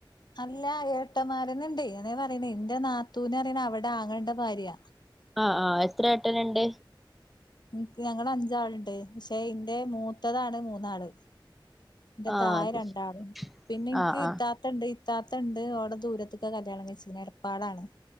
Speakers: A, on the left; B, in the centre.
A: ഇല്ല ഏട്ടമാരുന്നുണ്ട് എന്ന പറയണ എന്റെ നാത്തൂന അറിയണ അവിടെ ആങ്ങേളേടൊ ഭാര്യയ
B: ആ ആ എത്ര ട്ടനുണ്ട്
A: ക്ക് ഞങ്ങള് അഞ്ചാളുണ്ട് പക്ഷെ ഇന്റെ മൂത്തതാണ് മൂന്നാള് എന്റെ
B: ആ
A: തായേ
B: അത്
A: രണ്ടാൾ
B: ശരി
A: പിന്നെ എനിക്ക്
B: ആ ആ
A: ഇത്താത്തണ്ട് ഇത്താത്തണ്ട് ഓളെ ദൂര ത്ത്ക്ക കല്യാണം കഴിച്ചക്ക്ണ് എടപ്പാളണ്